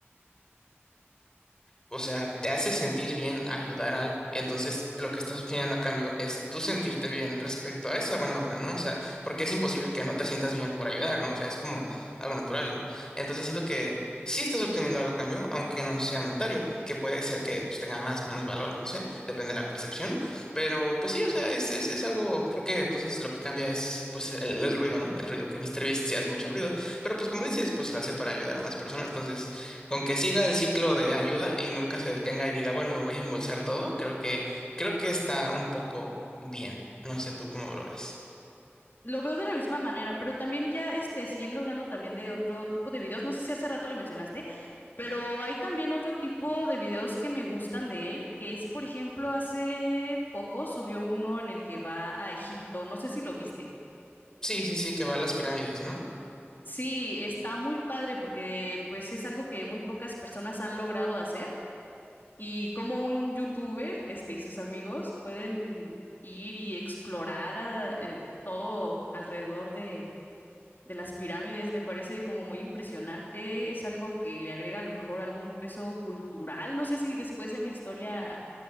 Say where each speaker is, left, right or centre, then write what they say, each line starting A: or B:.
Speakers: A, on the left (about 15°); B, on the left (about 50°).
A: O sea, te hace sentir bien ayudar a algo. Y entonces lo que estás obteniendo a cambio es tú sentirte bien respecto a esa buena obra, ¿no? O sea, porque es imposible que no te sientas bien por ayudar, ¿no? O sea, es como algo natural. Entonces siento que sí estás obteniendo algo a cambio, aunque no sea monetario, que puede ser que pues, tenga más, menos valor, no sé, depende de la percepción. Pero pues sí, o sea, es, es, es algo, creo que entonces lo que cambia es pues el, el ruido, ¿no? El ruido que míster Beast sí hace mucho ruido. Pero pues como dices, pues lo hace para ayudar a más personas. Entonces con que siga el ciclo de ayuda y nunca se detenga y diga, bueno, me voy a embolsar todo, creo que, creo que está un poco bien. No sé tú cómo lo ves.
B: Lo veo de la misma manera, pero también ya este, siguiendo hablando también de otro tipo de videos, no sé si hace rato lo mencionaste. Pero hay también otro tipo de videos que me gustan de él, que es, por ejemplo, hace poco subió uno en el que va a Egipto, no sé si lo viste.
A: Sí, sí, sí, que va a las pirámides, ¿no?
B: Sí, está muy padre porque pues es algo que muy pocas personas han logrado hacer y como un youtuber, este, y sus amigos pueden ir y explorar a- eh, todo alrededor de, de las pirámides, me parece como muy impresionante, es algo que le agrega a lo mejor algún peso cultural, no sé si después en la historia